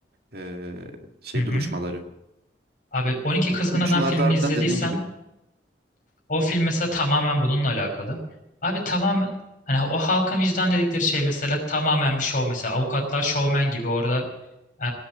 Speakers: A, on the right (about 60°); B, on the left (about 50°).
A: e, şey
B: Hı hı.
A: duruşmaları.
B: Abi 12 Kızgın
A: Duruşmalarda
B: Adam filmini
A: harbiden
B: izlediysen
A: dediğin gibi.
B: o film mesela tamamen bununla alakalı. Abi tamamen hani o halkın vicdan dedikleri şey mesela tamamen bir şov mesela avukatlar şovmen gibi orada e,